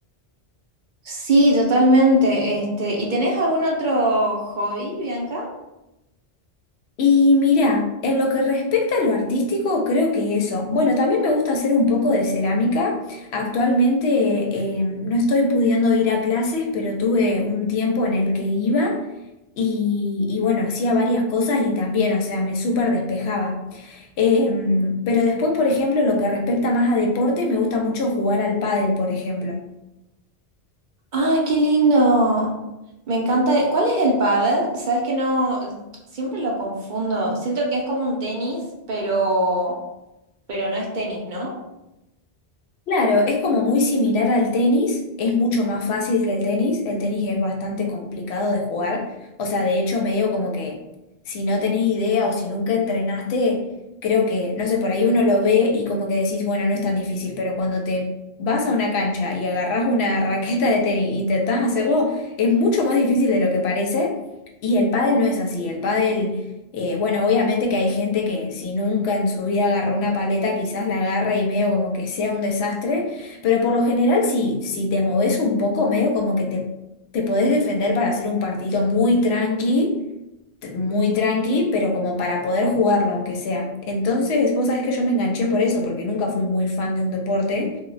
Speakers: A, on the right; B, on the left.
A: Sí, totalmente. Este, ¿y tenés algún otro hobby, Bianca?
B: Y mira, en lo que respecta a lo artístico, creo que eso. Bueno, también me gusta hacer un poco de cerámica. Actualmente eh, no estoy pudiendo ir a clases, pero tuve un tiempo en el que iba. Y, y bueno, hacía varias cosas y también, o sea, me súper despejaba. Eh, mm, pero después, por ejemplo, lo que respecta más a deportes, me gusta mucho jugar al pádel, por ejemplo.
A: ¡Ay, qué lindo! Me encanta. el- ¿Cuál es el pádel? Sabes que no, siempre lo confundo. Siento que es como un tenis, pero, pero no es tenis, ¿no?
B: Claro, es como muy similar al tenis, es mucho más fácil que el tenis, el tenis es bastante complicado de jugar, o sea, de hecho medio como que si no tenés idea o si nunca entrenaste, creo que, no sé, por ahí uno lo ve y como que decís, bueno, no es tan difícil, pero cuando te vas a una cancha y agarrás una raqueta de tenis, e intentás hacerlo, es mucho más difícil de lo que parece y el pádel no es así, el pádel eh, bueno, obviamente que hay gente que si nunca en su vida agarró una paleta, quizás la agarra y medio como que sea un desastre, pero por lo general si, si te moves un poco, medio como que te, te podés defender para hacer un partido muy tranqui, t- muy tranqui, pero como para poder jugarlo aunque sea. Entonces, vos sabés que yo me enganché por eso, porque nunca fui muy fan de un deporte,